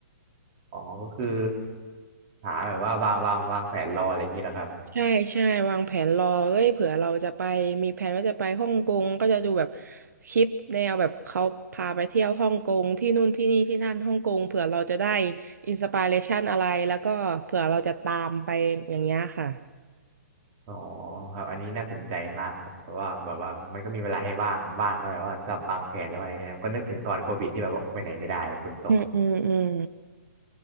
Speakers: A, on the right; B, on the right.
A: อ๋อก็คือหาแบบว่าวางวางวางแผนรออะไรอย่างนี้แหละครับ
B: ใช่ใช่วางแผนรอเอ้ยเผื่อเราจะไปมีแผนว่าจะไปฮ่องกงก็จะดูแบบคลิปแนวแบบเขาพาไปเที่ยวฮ่องกงที่นู่นที่นี่ที่นั่นฮ่องกงเผื่อเราจะได้อินสปิเรชันอะไรแล้วก็เผื่อเราจะตามไปอย่างเงี้ยค่ะ
A: อ๋อครับอันนี้น่าสนใจมากครับเพราะว่าแบบว่ามันก็มีเวลาให้ว่างบ้างนะแบบว่าสำหรับวางแผนอะไรเนี่ยก็นึกถึงตอนโควิดที่แบบออกไปไหนไม่ได้ฝนตก
B: อืมอืมอืม